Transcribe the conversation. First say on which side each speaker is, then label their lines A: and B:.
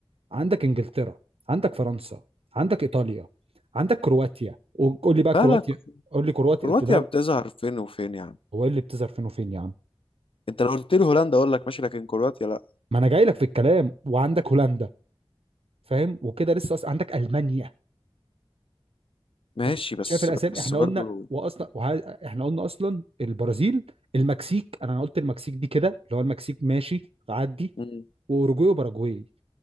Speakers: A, on the right (about 80°); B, on the left (about 70°).
A: عندك انجلترا عندك فرنسا عندك ايطاليا عندك كرواتيا وقول لي بقى كرواتيا
B: لا لا
A: قول لي كرواتيا
B: كرواتيا
A: قلت ده
B: بتظهر فين وفين يعني
A: هو إيه اللي بتظهر فين وفين يا عم
B: انت لو قلت لي هولندا اقول لك ماشي لكن كرواتيا لا
A: ما انا جاي لك في الكلام وعندك هولندا فاهم وكده لسه أصلا عندك المانيا
B: ماشي
A: فاهم؟
B: بس
A: شايف الاسامي
B: بس
A: احنا
B: برضو
A: قلنا واصلا وه... احنا قلنا اصلا البرازيل المكسيك انا قلت المكسيك دي كده اللي هو المكسيك ماشي تعدي
B: مم.
A: واوروجواي وباراجواي